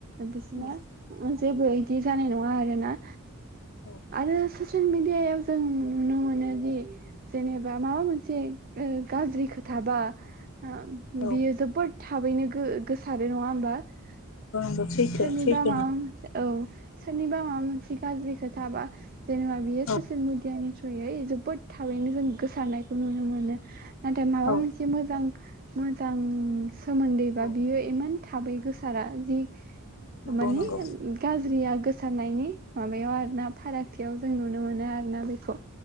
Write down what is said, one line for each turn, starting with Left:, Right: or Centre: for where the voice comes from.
Right: बिसिना
Left: औ
Right: मो जेबो इदि जानाय नंङा आरोना
Left: औ
Right: आरो ससेल मेडि यायाव जों नुनो मोनोदि जेनेबा माबा मोनसे ओ गाज्रि खोथाबा ओ
Left: नंगौ
Right: बेयो जोबोद थाबैनो गो गोसारो नंङा होमबा सोरनिबा
Left: नंगौ सैथो सैथो
Right: माबा मोनसे औ सोरनिबा माबा मोनसे गाज्रि खोथा बा जेनबा बियो
Left: नंगौ
Right: ससेल मेडियानि जो यै जोबोद थाबैनो जों गोसारनायखौ नुनो मोनो। नाथाय माबा
Left: औ
Right: मोनसे मोजां मोजां सोमोन्दै बा
Left: औ
Right: बियो इमान थाबै गो सारा जि
Left: नंगौ
Right: माने
Left: नंगौ
Right: गाज्रिआ गोसारनायनि माबायाव आरो ना फारागथियाव जों नुनो मोनो आरो ना बेखौ